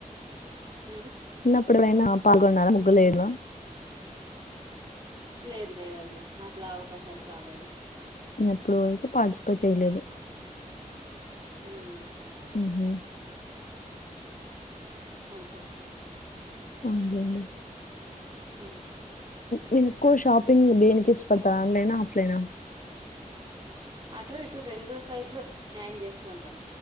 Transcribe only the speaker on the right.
హ్మ
లేదు లేదండి అట్లా అవకాశాలు రాలేదు
ఉమ్
అంతే
ఊ
అటు ఇటు రెండు సైట్లు న్యాయం చేస్తూ ఉంటాం